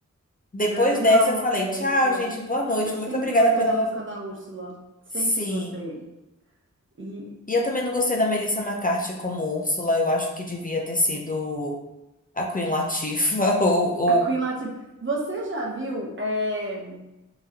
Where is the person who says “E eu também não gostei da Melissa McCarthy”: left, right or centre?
Left